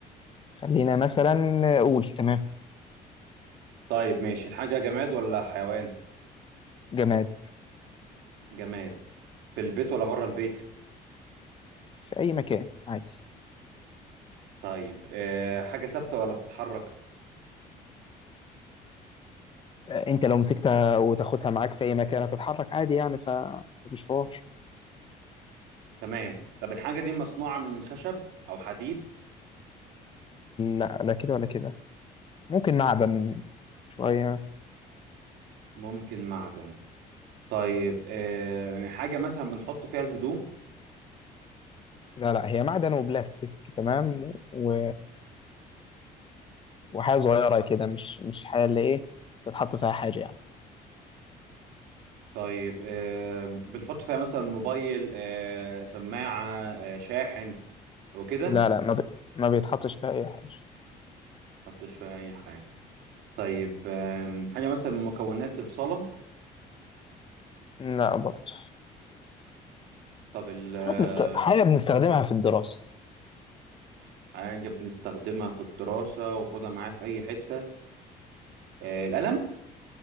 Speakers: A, on the left (about 30°); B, on the right (about 80°).
A: خلينا مثلا قول تمام
B: طيب ماشي الحاجة جماد ولا حيوان
A: جماد
B: جماد في البيت ولا بره البيت
A: في أي مكان عادي
B: طيب أه حاجة ثابتة ولا بتتحرك
A: أنت لو مسكتها وتاخدها معاك في أي مكان هتتحرك عادي يعني ف- فمش حوار
B: تمام طب الحاجة دي مصنوعة من خشب او حديد
A: لا لا كده ولا كده ممكن معدن شوية
B: ممكن معدن طيب أه حاجة مثلا بنحط فيها الهدوم
A: لا لا هي معدن وبلاستيك تمام و... وحاجة صغيرة كده مش مش حاجة اللي إيه تتحط فيها حاجة يعني
B: طيب أه بنحط فيها مثلا موبايل أه سماعة أه شاحن وكده
A: لا لا ما, ب... ما بيتحطش فيها أي حاجة
B: حطش فيها اي حاجه طيب آم، حاجه مثلا من مكونات الصلاه
A: لا برضه
B: طب ال آه،
A: حاجة, بنست... حاجة بنستخدمها في الدراسة
B: حاجه بنستخدمها في الدراسه واخدها معايا في اي حته آه، القلم